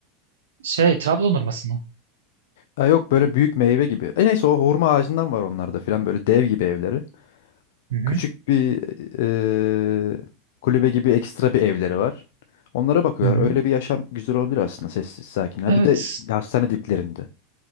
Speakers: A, on the right; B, on the left.
A: Şey, Trabzon hurması mı?
B: Ha, yok böyle büyük meyve gibi. E neyse o hurma ağacından var onlarda filan böyle dev gibi evleri.
A: Hı hı.
B: küçük bir eee, kulübe gibi ekstra bir evleri var. Onlara bakıyorlar.
A: Hı hı.
B: Öyle bir yaşam güzel olabilir aslında sessiz sakin. Ha
A: Evet.
B: bir de hastane diplerinde.